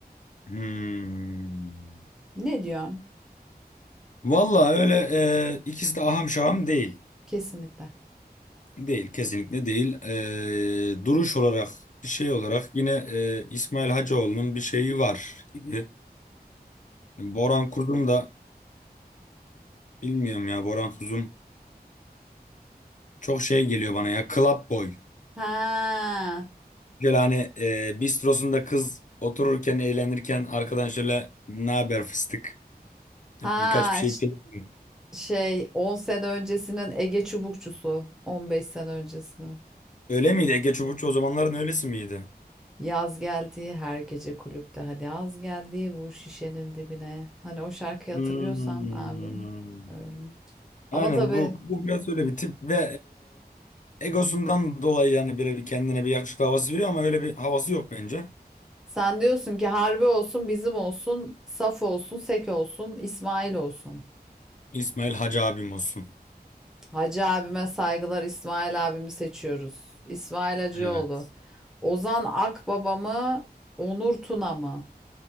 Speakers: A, on the left (about 50°); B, in the centre.
A: Hmm.
B: Ne diyorsun?
A: Vallahi öyle eee, ikisi de aham şaham değil.
B: Kesinlikle.
A: Değil, kesinlikle değil. Ee, duruş olarak, şey olarak yine e, İsmail Hacıoğlu'nun bir şeyi var gibi. Boran Kuzum da bilmiyorum ya Boran Kuzum çok şey geliyor bana ya club boy.
B: Ha,
A: Şöyle hani e, bistrosunda kız otururken eğlenirken arkadan şöyle ne haber fıstık
B: ha
A: birkaç bir şey
B: ş-
A: içelim. mi?"
B: şey on sene öncesinin Ege Çubukçusu, 15 sene öncesinin.
A: Öyle miydi? Ege Çubukçu o zamanların öylesi miydi?
B: Yaz geldi her gece kulüpte hadi yaz geldi vur şişenin dibine. Hani o şarkıyı
A: Hmm.
B: hatırlıyorsan abi öyle.
A: Aynen
B: Ama tabii
A: bu bu biraz öyle bir tip ve e, egosundan dolayı yani böyle bir kendine bir yakışıklı havası veriyor ama öyle bir havası yok bence.
B: sen diyorsun ki harbi olsun bizim olsun, saf olsun, sek olsun, İsmail olsun.
A: İsmail Hacı abim olsun.
B: Hacı abime saygılar. İsmail abimi seçiyoruz. İsmail Hacıoğlu.
A: Evet.
B: Ozan Akbaba mı? Onur Tuna mı?